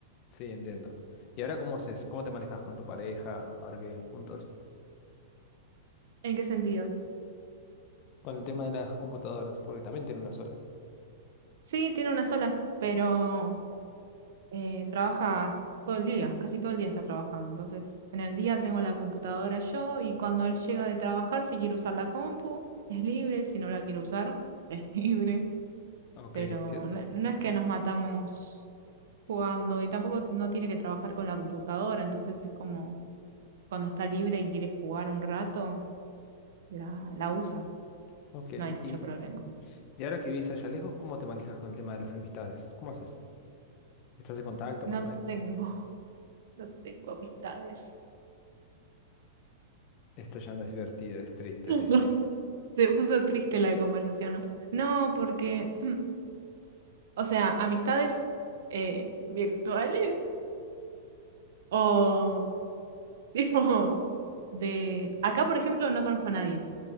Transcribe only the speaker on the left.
Sí, entiendo. ¿Y ahora cómo haces? ¿Cómo te manejas con tu pareja ahora que viven juntos?
Con el tema de las computadoras, porque también tiene una sola.
Ok,
entiendo.
Ok, y,
y ahora que vivís allá lejos, ¿cómo te manejas con el tema de las amistades? ¿Cómo haces? ¿Estás en contacto
más o menos?
Esto ya no es divertido, es triste,
Leslie.